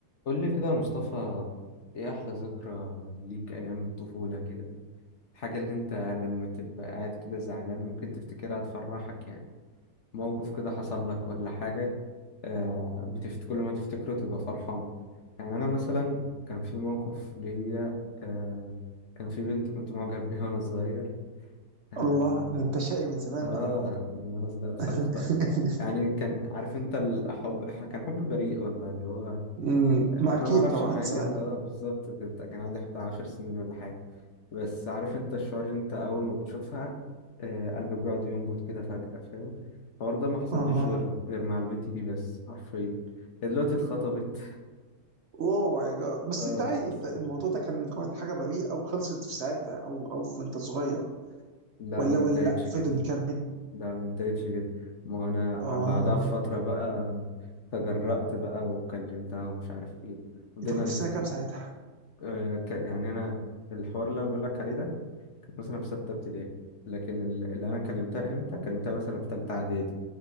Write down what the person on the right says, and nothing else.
الله ده انت شقي من زمان
بقى
<laughs>
أمم،
ما اكيد
طبعا
زمان
اها
اوه ماي جاد بس
انت عايز
انت الموضوع ده كان مجرد حاجه بريئه وخلصت في ساعتها او او في وانت صغير
ولا
ولا
لا
فضل مكمل
اه
انت كنت
سنه كام ساعتها